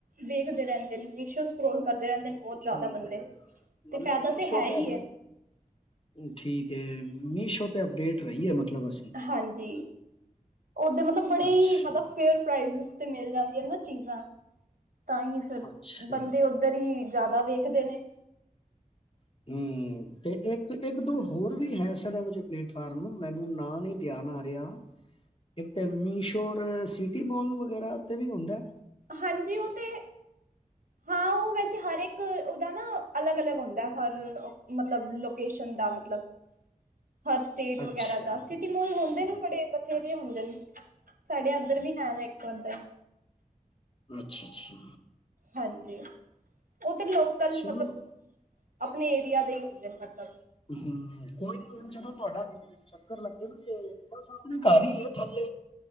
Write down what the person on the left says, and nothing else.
ਠੀਕ
ਹੈ
ਮਤਲਬ
ਮੀਸ਼ੋ
ਤੇ ਠੀਕ ਹੈ। ਮੀਸ਼ੋ ਪੇ ਅਪਡੇਟ ਰਹੀ ਹੈ ਮਤਲਬ ਅਸੀਂ।
ਅੱਛਾ
ਅੱਛਾ
<inaudible> ਹੂ, ਤੇ ਇੱਕ-ਇੱਕ ਦੋ ਹੋਰ ਵੀ ਹੈ ਸਦਾ ਇਹੋ ਜੇ ਪਲੇਟਫਾਰਮ ਨੂੰ ਮੈਨੂੰ ਨਾਂ ਨਹੀਂ ਧਿਆਨ ਆ ਰਿਹਾ। ਇੱਕ ਤੇ ਮੀਸ਼ੋਰ ਸਿਟੀਮੋਲ ਵਗੈਰਾ ਉ ਤੇ ਵੀ ਹੁੰਦਾ?
ਅੱਛਾ
ਅੱਛਾ-ਅੱਛਾ।
ਚਲੋ
ਹੂ, ਕੋਈ ਨੀ ਹੁਣ ਜਦੋ ਤੁਹਾਡਾ ਚੱਕਰ ਲੱਗੇ ਨਾ ਤੇ ਬਸ, ਆਪਣੇ ਘਰ ਹੀ ਹੈ ਥੱਲੇ,